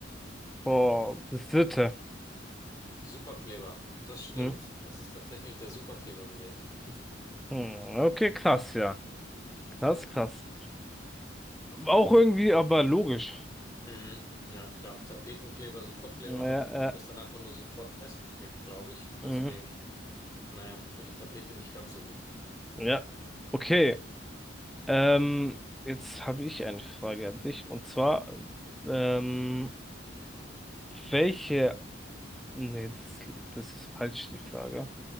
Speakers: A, in the centre; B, on the left.
A: Boah, das dritte.
B: Superkleber. Das stimmt.
A: Mhm.
B: Das ist tatsächlich der Superkleber gewesen.
A: mhm. Okay, krass, ja. Krass, krass. Auch irgendwie, aber logisch.
B: Mhm. Ja, klar. Tapetenkleber, Superkleber.
A: Ja, ja,
B: Das ist dann einfach nur sofort festgeklebt, glaube ich. Und
A: mhm,
B: deswegen, naja, für die Tapete nicht ganz so gut.
A: ja. Okay, ähm, jetzt habe ich eine Frage an dich. Und zwar, ähm, welche, nee, das, das ist falsch, die Frage.